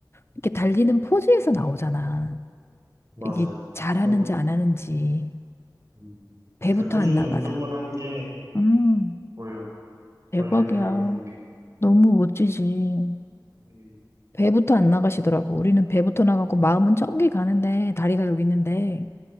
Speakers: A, on the left; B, on the right.
A: 이렇게 달리는 포즈에서 나오잖아.
B: 맞아.
A: 이게 잘하는지
B: 어, 그,
A: 안 하는지.
B: 음.
A: 배부터
B: 그러니까 꾸준히
A: 안 나가다.
B: 운동을 한 게
A: 음,
B: 보여. 관리를
A: 대박이야.
B: 하고 한 게.
A: 너무 멋지지.
B: 음,
A: 배부터 안 나가시더라고. 우리는 배부터 나가고 마음은 저기 가는데 다리가 여기 있는데